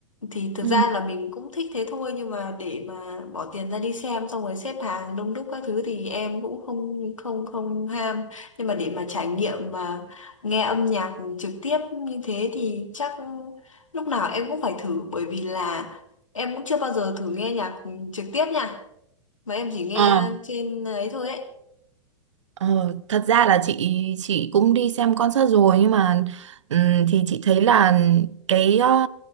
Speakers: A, on the left; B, on the right.
A: Thì thực
B: Ừ.
A: ra là mình cũng thích thế thôi nhưng mà để mà bỏ tiền ra đi xem xong rồi xếp hàng đông đúc các thứ thì em cũng không không không ham. Nhưng mà để mà trải nghiệm mà nghe âm nhạc trực tiếp như thế thì chắc lúc nào em cũng phải thử bởi vì là em cũng chưa bao giờ thử nghe nhạc trực tiếp nha. mà em chỉ nghe
B: Ờ
A: trên ấy thôi ấy
B: Ờ, thật ra là chị chị cũng đi xem concert rồi nhưng mà ừm, thì chị thấy là cái ờ,